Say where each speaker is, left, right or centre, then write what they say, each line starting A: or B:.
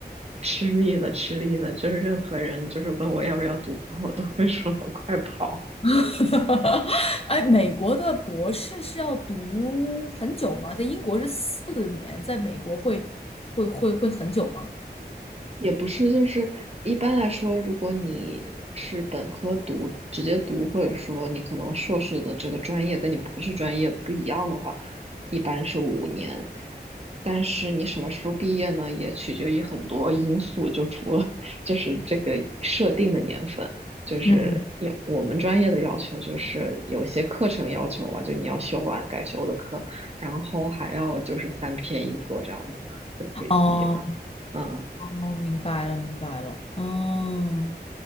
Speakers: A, on the right; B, on the left.
A: 吃力的，吃力的，就是任何人就是问我要不要读博，我都会说 <laughs> 快跑。
B: <laughs> 哎，美国的博士是要读很久吗？在英国是四年，在美国会会会会很久吗？
A: 也不是，就是一般来说，如果你是本科读，直接读，或者说你可能硕士的这个专业跟你博士专业不一样的话，一般是五年。但是你什么时候毕业呢，也取决于很多因素，就除了 <laughs> 就是这个设定的年份，就是有我们专业的要求，
B: 嗯嗯，
A: 就是有些课程要求啊，就你要修完该修的课，然后还要就是三篇一作这样子就可以毕业了。
B: 哦，
A: 嗯。
B: 哦，明白了，明白了。嗯，